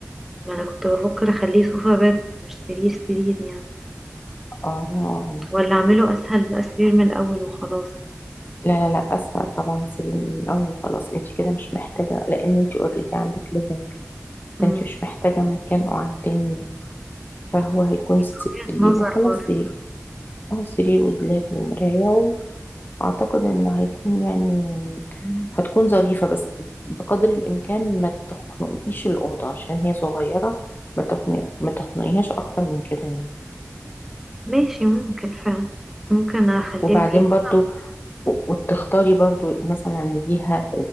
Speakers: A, in the centre; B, on the left.
A: ما انا كنت بفكر اخليه سوفا بيد مش سرير سرير يعني
B: اه
A: ولا اعمله اسهل بقى سرير من الاول وخلاص
B: لا لا لا اسهل طبعا سرير من الاول وخلاص انت كده مش محتاجة لان انت اوريدي عندك ليفنج
A: امم
B: فانت مش محتاجة مكان قعد تاني يعني فهو هيكون
A: دي
B: سرير
A: وجهة نظر
B: وخلاص
A: برضه
B: سرير اه سرير ودولاب ومراية أعتقد إن هيكون يعني
A: أمم.
B: هتكون ظريفة بس بقدر الإمكان ما تخنقيش الأوضة عشان هي صغيرة ما تخنق ما تخنقيهاش أكتر من كده يعني
A: ماشي ممكن فعلا ممكن اخليها
B: وبعدين
A: كده
B: برضو و- وتختاري برضو مثلا ليها